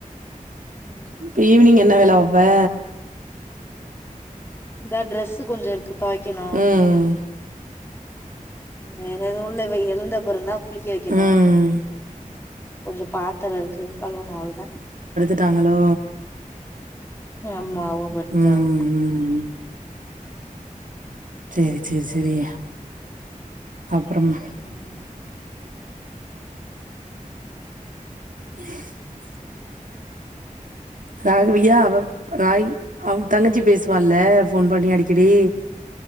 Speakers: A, on the left; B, on the right.
A: ம்
B: இப்ப ஈவினிங் என்ன வேல பாப்பா
A: இந்த டிரஸ்ஸுகொஞ்சம் எடுத்து துவைக்கணும்
B: ம்.
A: வேற எதுவும் இல்ல இவ எழுந்தப்புறந்தான் குளிக்க வைக்கணும்
B: ம்.
A: கொஞ்சம் பாத்திரம் இருக்கு கழுவனும் அவ்ளோ தான்
B: ட்டாங்களோ உம்
A: அம்மாவு படுத்துட்டாங்க
B: உஹம் சேரி சேரி சேரி அப்புறமா
A: ம்
B: <inaudible> ராகவியா அவ ராகி அவ தங்கச்சி பேசுவால போன் பண்ணி அடிக்கடி